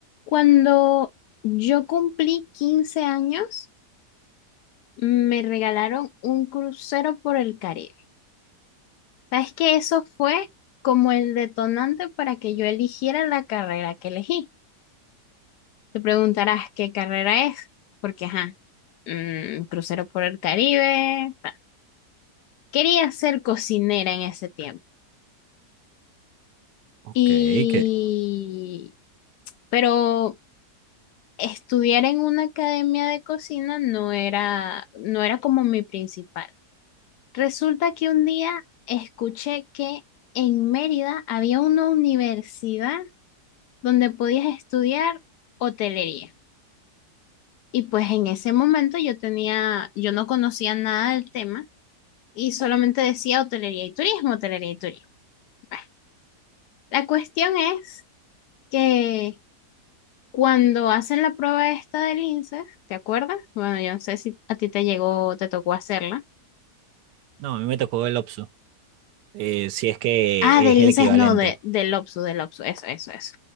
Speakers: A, on the left; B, on the right.
A: Cuando yo cumplí 15 años, me regalaron un crucero por el Caribe. ¿Sabes que Eso fue como el detonante para que yo eligiera la carrera que elegí. Te preguntarás qué carrera es, porque, ajá, mm, crucero por el Caribe. ta. Quería ser cocinera en ese tiempo.
B: Ok,
A: Y,
B: que...
A: pero estudiar en una academia de cocina no era, no era como mi principal. Resulta que un día escuché que en Mérida había una universidad donde podías estudiar hotelería. Y pues en ese momento yo tenía, yo no conocía nada del tema y solamente decía hotelería y turismo, hotelería y turismo. Bueno, la cuestión es que cuando hacen la prueba esta del INSEE, ¿te acuerdas? Bueno, yo no sé si a ti te llegó o te tocó hacerla
B: No, a mí me tocó el OPSU, eh, si es que
A: Ah, del
B: es
A: INSES,
B: el equivalente.
A: no, de, del OPSU, del OPSU, eso, eso, eso.